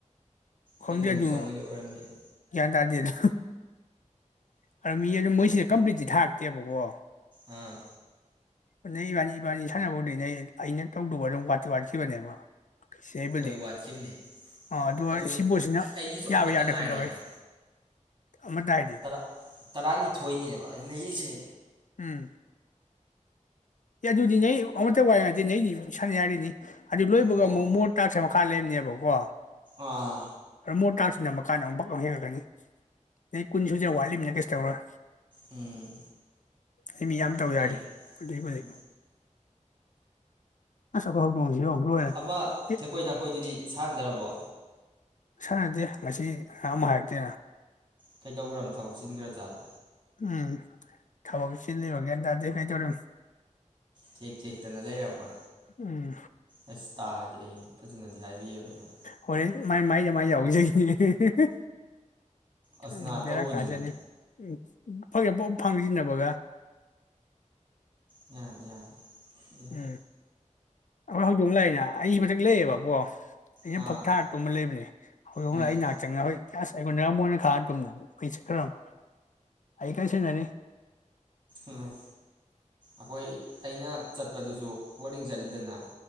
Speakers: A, on the left; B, on the right.
A: ꯈꯪꯗꯦ
B: ꯑꯩꯉꯣꯟꯗ
A: ꯑꯗꯨ
B: ꯆꯪꯉꯣꯏꯗꯧ ꯑꯣꯏꯔꯝꯅꯤꯅꯦ
A: ꯒꯌ꯭ꯥꯟ ꯇꯥꯗꯦꯗ ꯑꯔꯃꯤꯒꯩꯗꯨ ꯃꯣꯏꯁꯤ ꯀꯝꯄ꯭ꯂꯤꯠꯇꯤ ꯊꯥꯛꯔꯇꯦꯕꯀꯣ
B: ꯑꯥ
A: ꯅ ꯏꯕꯥꯅꯤ ꯏꯕꯥꯅꯤ ꯁꯥꯟꯅꯕꯣꯅꯦ ꯑꯩꯅ ꯇꯧꯗꯧꯕ ꯑꯗꯨꯝ ꯋꯥꯠꯇꯤ ꯋꯥꯠꯈꯤꯕꯅꯦꯕ ꯁꯤꯕꯨꯗꯤ
B: ꯍꯣꯏ ꯋꯥꯠꯀꯤꯈꯤꯝꯅꯦ
A: ꯑꯥ ꯑꯗꯨꯒ
B: ꯑꯗꯨ
A: ꯁꯤꯕꯣꯠꯁꯤꯅ
B: ꯑꯩꯒꯤꯁꯨ
A: ꯌꯥꯕ
B: ꯑꯃꯇꯪ
A: ꯌꯥꯗꯦ
B: ꯉꯥꯏꯔꯦꯕ
A: ꯈꯪꯗꯕꯩ ꯑꯃꯠꯇ ꯍꯥꯏꯗꯤ
B: ꯇꯔꯥ ꯇꯔꯥꯅꯤꯊꯣꯏꯅꯦꯕ ꯑꯩ ꯂꯩꯔꯤꯁꯦ
A: ꯎꯝ ꯑꯦ ꯑꯗꯨꯗꯤ ꯅꯩ ꯑꯃꯠꯇ ꯋꯥꯏ ꯉꯗꯤ ꯅꯗꯤ ꯁꯥꯟꯅ ꯍꯥꯏꯔꯤꯅꯤ ꯑꯗꯨ ꯂꯣꯏꯕꯒ
B: ꯑꯣ
A: ꯑꯃꯨꯛ ꯃꯣꯃꯣ ꯇꯥꯛꯁ ꯃꯈꯥ ꯂꯩꯔꯥꯝꯅꯦꯕꯀꯣ
B: ꯑꯥ
A: ꯃꯣꯔꯠ ꯇꯥꯛꯁ ꯅꯝꯃꯀꯥꯟꯗ ꯑꯃꯨꯛ ꯑꯃ ꯕꯛ ꯂꯥꯎꯅ ꯍꯦꯜꯒꯟꯀꯅꯤ ꯅ ꯀꯨꯟ ꯁꯨꯖꯦ ꯋꯥꯠꯂꯤꯃꯤꯅ ꯀꯩꯁꯨ ꯇꯧꯔꯣꯏ
B: ꯎꯝ
A: ꯁꯤ ꯃꯤ
B: ꯍꯣꯏ
A: ꯌꯥꯝ ꯇꯧ ꯌꯥꯔꯦ
B: ꯌꯦꯡ
A: ꯍꯧꯖꯤꯛ ꯍꯧꯖꯤꯛ
B: ꯎꯝ
A: ꯑꯩꯈꯣꯏ ꯍꯧꯗꯣꯡꯁꯤ ꯌꯦꯡꯉꯨ ꯂꯣꯏꯔꯦ
B: ꯑꯃ
A: ꯑꯦ
B: ꯊꯦꯛꯀꯣꯏ ꯅꯥꯀꯣꯏꯗꯨꯗꯤ ꯁꯥꯟꯗ꯭ꯔꯕꯣ
A: ꯁꯥꯟꯅꯗꯦ ꯉꯁꯤ ꯑꯃ ꯍꯥꯏꯔꯛꯇꯦ
B: ꯀꯩꯗꯧꯒ꯭ꯔꯅꯣ ꯊꯕꯛ ꯆꯤꯟꯒ꯭ꯔꯥꯖꯥꯠꯂ
A: ꯎꯝ ꯊꯥꯕꯛ ꯆꯤꯜꯂꯤꯔꯣ ꯅꯦꯠ ꯌꯗꯦ ꯀꯩꯗꯧꯔꯤꯝꯅꯣ
B: ꯊꯦꯛ ꯊꯦꯛꯇꯅ ꯂꯩꯔꯝꯃ
A: ꯎꯝ
B: ꯑꯁ ꯇꯥꯔꯗꯤ ꯑꯩ ꯐꯖꯅꯗꯤ ꯍꯥꯏꯕꯤꯔꯔꯣꯏ ꯅꯪ
A: ꯍꯣꯔꯦꯟ ꯃꯥꯏ ꯃꯥꯏꯁꯦ ꯃꯥꯏ ꯌꯥꯎꯖꯒꯤꯅꯤ ꯍꯦ ꯍꯦ ꯍꯦ
B: ꯑꯁꯅꯥ
A: ꯎꯝ ꯕꯦꯔꯥ
B: ꯇꯧꯕꯅꯤꯅꯦ
A: ꯀꯥꯖꯅꯤ ꯎꯝ ꯐꯒꯦ ꯄꯥꯎ ꯐꯥꯡꯖꯤꯟꯅꯕꯒ
B: ꯌꯥꯅꯤ ꯌꯥꯅꯤ ꯑꯦ
A: ꯎꯝ ꯑꯩꯈꯣꯏ ꯍꯧꯗꯣꯡꯅ ꯂꯥꯛꯏꯅ ꯑꯩ ꯃꯊꯛ ꯂꯩꯌꯦꯕꯀꯣ ꯑꯩꯅ
B: ꯑꯥ
A: ꯐꯛ ꯊꯥꯔ ꯇꯨꯝꯕ ꯂꯩꯕꯅꯦ ꯍꯧꯗꯣꯡꯅ
B: ꯎꯝ
A: ꯑꯩ ꯅꯥꯛ ꯆꯪꯉꯒ ꯑꯁ ꯑꯩꯉꯣꯟꯗꯒ ꯃꯣꯟ ꯈꯥꯡꯉꯒ ꯇꯨꯝꯃ ꯍꯥꯏ ꯆꯤꯛꯈꯔꯃꯦ ꯑꯩ ꯀꯦꯁꯤꯟꯅꯔꯤ
B: ꯎꯝ ꯑꯈꯣꯏ ꯑꯩꯅ ꯆꯠꯄꯗꯨꯁꯨ ꯋꯗꯤꯡ ꯆꯠꯂꯤꯗꯅ